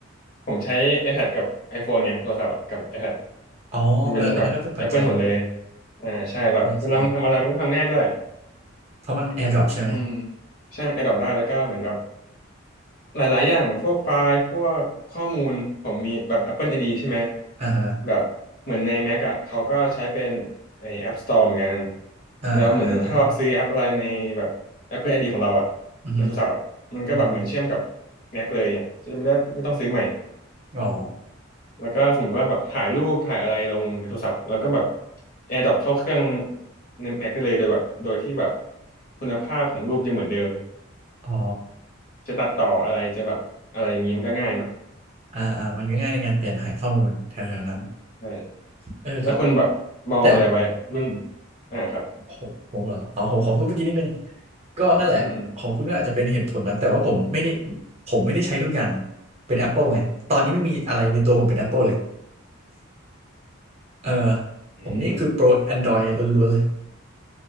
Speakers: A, on the left; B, on the right.
A: ผมใช้ iPad กับ iPhone ไงโทรศัพท์อะกับ iPad
B: อ๋อเอออันนั้นก็เป็นปัจจัยหนึ่ง
A: มันเป็นแบบ Apple หมดเลยอ่าใช่แบบเวลามันทำอะไรมันก็ทำง่ายด้วย
B: ใช่ใช่เพราะมันแอร์ดรอปใช่ไหม
A: อืมใช่มัน a d ด p อได้แล้วก็เหมือนแบบ หลายๆอย่างพวกไฟล์ พวกข้อมูล ผมมีแบบ Apple ID ใช่ไหม
B: อ่าฮะ
A: แบบเหมือนใน Mac อ่ะเขาก็ใช้เป็นไอ้ App Store เหมือนกัน
B: อ่าอ่าอ่า
A: แล้วเหมือนถ้าเราซื้อแอปอะไรในแบบ Apple ID ของเราอ่ะในโทรศัพท์อ่ะมันก็แบบเหมือนเชื่อมกับ
B: อือฮึอือฮึ
A: Mac เลยไงจะไม่ได้ไม่ต้องซื้อใหม่
B: อ๋อ
A: แล้วก็สมมติว่าแบบถ่ายรูปถ่ายอะไรลงในโทรศัพท์ แล้วก็แบบ AirDrop เข้าเครื่องใน Mac ได้เลยโดยแบบโดยที่แบบคุณภาพของรูปยังเหมือนเดิม
B: อ๋อ
A: จะตัดต่ออะไรจะแบบอะไรอย่างนี้มันก็ง่ายเนาะ
B: อ่าอ่ามันก็ง่ายในการเปลี่ยนถ่ายข้อมูลแถวๆนั้น
A: ใช่
B: เออก็เอา
A: แล้วคุณแบบมองอะไรไว้รุ่น
B: แต่
A: อ่าครับ
B: ผมผมเหรอเอาผมขอพูดเมื่อกี้นิดนึงก็นั่นแหละของคุณก็อาจจะเป็นเหตุผลนั้นแต่ว่าผมไม่ได้
A: อืมอืม
B: ผมไม่ได้ใช้ทุกอย่างเป็น Apple ไงตอนนี้ไม่มีอะไรในตัวผมเป็น Apple เลยเออ
A: อืม
B: ผมนี่คือโปร Android ล้วนๆเลย